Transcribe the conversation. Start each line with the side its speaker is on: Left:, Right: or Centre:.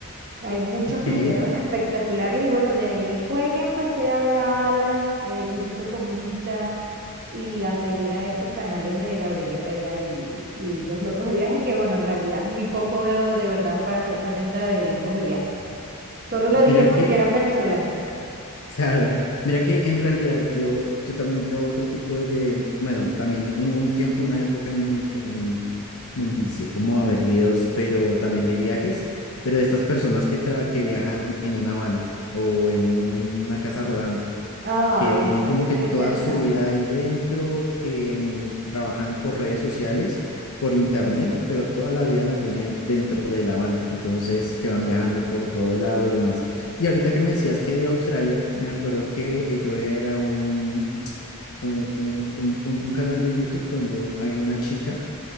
Right: hay muchos
Left: ok.
Right: cruceros espectaculares y bueno, de ahí fue que empecé a ver a Alan, eh, Luisito Comunica y a seguir a estos canales de Gabriel Herrera y, y Los Locos de Viaje, que bueno, en realidad muy poco veo de verdad, para serte honesta, de Locos de Viaje. Solo lo dije
Left: Mira
Right: porque
Left: que
Right: eran venezolanos.
Left: Claro, mira que en realidad yo, yo también veo otro tipo de, bueno, también hubo un tiempo, una época en el que me, en- me envicié como a ver videos, pero también de viajes, pero de estas personas que, tra que viajan en una van o en una casa rodante
Right: Ay,
Left: que tienen
Right: eso
Left: como
Right: sí
Left: que
Right: se
Left: toda
Right: ve interesante.
Left: su vida ahí dentro, que mm, trabajan por redes sociales, por internet, pero toda la vida la tienen dentro de la van, entonces que van viajando por todo lado y demás. Y ahorita que me decías que de Australia, me acuerdo que eh, yo veía era un, un, un- un- un- un canal de YouTube donde un- había una chica